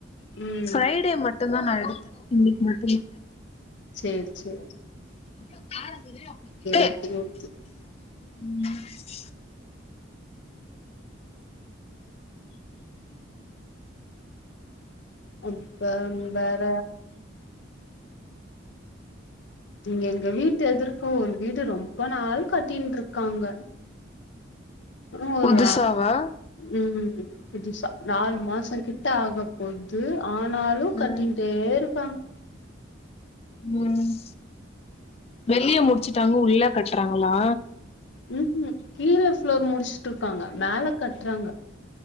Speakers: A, on the left; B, on the left.
A: ம்
B: ஃப்ரைடே மட்டுதா நா எடுத்த இன்னிக்கு மட்டும்தா
A: செர் செரி
B: <unintelligible>
A: ஓகே ஓகே அப்போ வேற இங்க எங்க வீட்டு எதிர்க்க ஒரு வீடு ரொம்ப நாள் கட்டிண்ருக்காங்க உன்னு ஒரு
B: புதுசாவா
A: ம் புதுசா நாலு மாசோ கிட்ட ஆகு பொது ஆனாலு
B: ம்
A: கட்டிண்டே இருக்காங்க
B: ம் வெளிய முடுச்சுட்டாங்க உள்ள கட்றாங்களா
A: ம்ம் கீழ ஃப்ளோர் முடுஸ்டருக்காங்க மேல கட்றாங்க